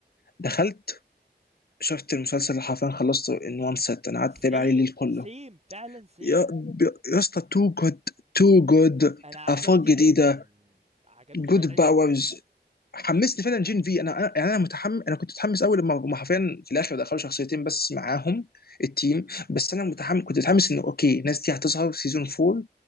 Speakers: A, on the left; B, on the right.
A: دخلت شفت المسلسل اللي حرفيا خلصته ان وان سيت انا قعدت
B: سيم
A: اتابع عليه الليل كله
B: سيم فعلا سيم
A: يا يا اسطى تو جود تو جود
B: انا عجبني
A: افاق جديده
B: جدا عجبني
A: جود
B: أ- أ-
A: باورز حمسني
B: تحفة
A: فعلا جين في انا يعني انا متحمس انا كنت متحمس قوي لما هم حرفيا في الاخر دخلوا شخصيتين بس معاهم التيم بس انا متحمس كنت متحمس انه اوكي الناس دي هتظهر في سيزون 4